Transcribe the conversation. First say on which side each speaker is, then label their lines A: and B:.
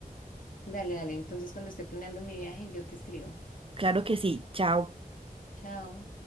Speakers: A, on the left; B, on the right.
A: Dale, dale, entonces cuando esté planeando mi viaje yo te escribo.
B: Claro que sí. Chao.
A: Chao.